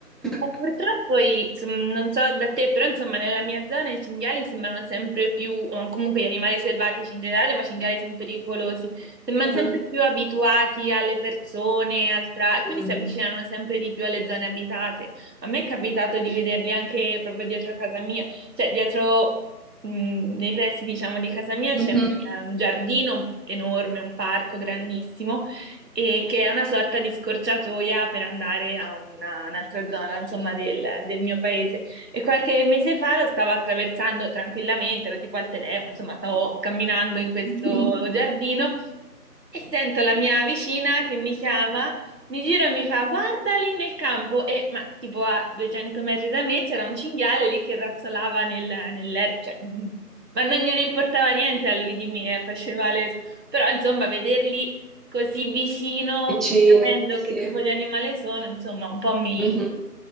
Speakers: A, on the right; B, in the centre.
A: Eh,
B: <laughs>
A: Purtroppo, i- insomma, non so da te, però insomma nella mia zona i cinghiali sembrano sempre più, o comunque gli animali selvatici in generale, ma i cinghiali sono pericolosi, sembrano
B: Mhm.
A: sempre più abituati alle persone, al tra- e quindi
B: Mm.
A: si avvicinano sempre di più alle zone abitate. A me è capitato di vederli anche proprio dietro casa mia, cioè dietro, mh, nei pressi diciamo di casa mia
B: Mhm.
A: c'è un, un giardino enorme, un parco grandissimo e che è una sorta di scorciatoia per andare a una- un'altra zona, insomma, del, del mio paese. E qualche mese fa lo stavo attraversando tranquillamente, ero tipo al telefono, insomma, stavo camminando in questo
B: <laughs>
A: giardino e sento la mia vicina che mi chiama. Mi giro e mi fa, guarda lì nel campo, e ma tipo a 200 metri da me c'era un cinghiale lì che razzolava nel, nell'erba, cioè, mm, ma non gliene importava niente a lui di me, eh, faceva le... Però insomma, vederli così vicino
B: Vicini,
A: e sapendo
B: sì.
A: che tipo di animale sono, insomma, un po' mi...
B: Mhm.